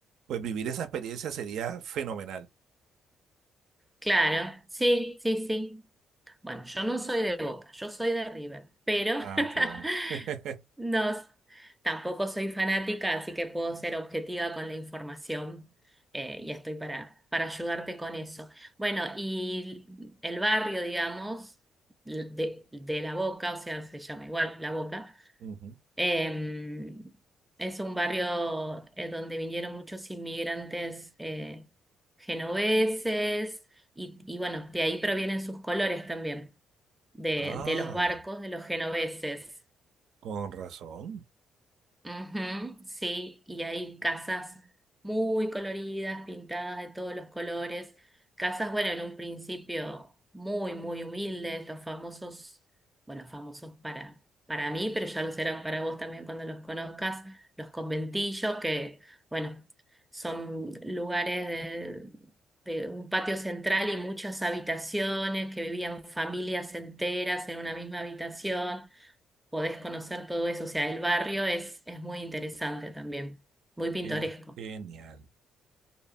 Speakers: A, on the right; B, in the centre.
A: pues vivir esa experiencia sería fenomenal.
B: Claro, sí, sí, sí. Bueno, yo no soy de Boca, yo soy de River, pero <laughs>
A: Ah, qué bueno. <laughs>
B: no, tampoco soy fanática, así que puedo ser objetiva con la información eh, y estoy para, para ayudarte con eso. Bueno, y el barrio, digamos, de, de La Boca, o sea, se llama igual La Boca,
A: Ujú.
B: eh, es un barrio eh, donde vinieron muchos inmigrantes eh, genoveses y, y bueno, de ahí provienen sus colores también de,
A: Ah,
B: de los barcos de los genoveses.
A: con razón.
B: Ujú, sí, y hay casas muy coloridas, pintadas de todos los colores. Casas, bueno, en un principio muy, muy humildes, los famosos, bueno, famosos para, para mí, pero ya los serán para vos también cuando los conozcas, los conventillos, que, bueno, son lugares de... de un patio central y muchas habitaciones que vivían familias enteras en una misma habitación podés conocer todo eso. O sea, el barrio es, es muy interesante también, muy pintoresco.
A: Qué genial.